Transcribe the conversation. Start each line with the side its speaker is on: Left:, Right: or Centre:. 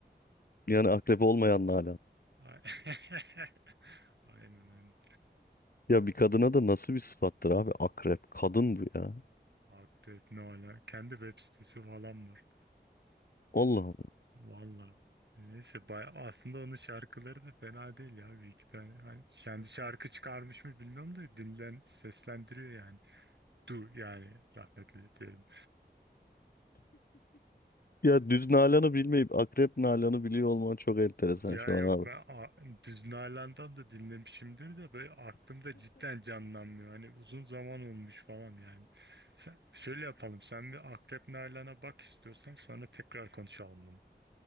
Left: Yani akrep olmayan Nalan.
Right: <laughs> Ay- <laughs> Aynen aynen.
Left: Ya bir kadına da nasıl bir sıfattır abi? Akrep. Kadın bu ya.
Right: Akrep ne ala. Kendi web sitesi falan var.
Left: Allah Allah.
Right: Valla. Neyse baya aslında onun şarkıları da fena değil ya bir iki tane. Hani kendi şarkı çıkarmış mı bilmiyorum da dinlen seslendiriyor yani. Du yani rahmetli diyelim.
Left: Ya düz Nalan'ı bilmeyip akrep Nalan'ı biliyor olman çok enteresan
Right: Ya
Left: şu
Right: yok
Left: an abi.
Right: ben a, Düz Nalan'dan da dinlemişimdir de böyle aklımda cidden canlanmıyor. Hani uzun zaman olmuş falan yani. Sen, şöyle yapalım sen bir Akrep Nalan'a bak istiyorsan sonra tekrar konuşalım bunu.